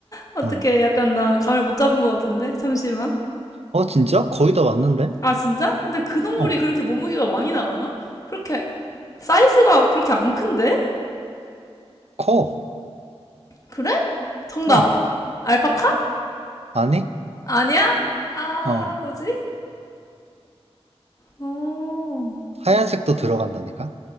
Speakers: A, on the left; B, on the right.
A: 어떻게
B: 응.
A: 약간 나 감을 못 잡은 것 같은데 잠시만
B: 어, 진짜? 거의 다 왔는데?
A: 아 진짜? 근데 그 동물이
B: 어,
A: 그렇게 몸무게가 많이 나가나? 그렇게 사이즈가 그렇게 안 큰데?
B: 커.
A: 그래? 정답
B: 어,
A: 알파카?
B: 아니?
A: 아니야? 아
B: 어.
A: 아, 뭐지? 오
B: 하얀색도 들어간다니까?